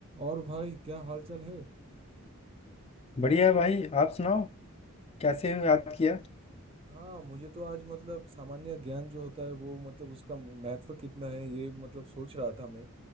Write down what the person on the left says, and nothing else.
बढ़िया है भाई आप सुनाओ कैसे हो याद किया